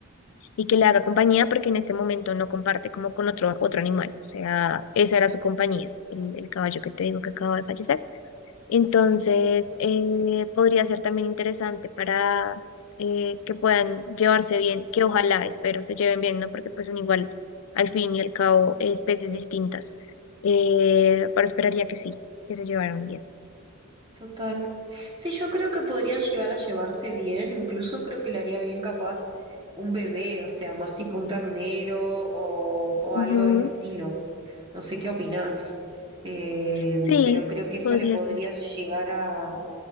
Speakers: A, on the left (about 65°); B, on the right (about 25°).
A: y que le haga compañía porque en este momento no comparte como con otro, otro animal. O sea, esa era su compañía, el, el caballo que te digo que acaba de fallecer. Entonces,
B: Sí, sí,
A: eh, podría ser también interesante para eh, que puedan llevarse bien, que ojalá, espero, se lleven bien, ¿no? Porque pues son igual, al fin y al cabo, eh, especies distintas. Eh, pero esperaría que sí, que se llevaran bien.
B: total. Sí, yo creo que podrían llegar a llevarse bien, incluso creo que le haría bien capaz un bebé, o sea, más tipo un ternero o, o
A: Ujú,
B: algo del estilo. No sé qué opinás, Eh,
A: Sí,
B: pero creo que eso
A: podría
B: le podría
A: ser.
B: llegar a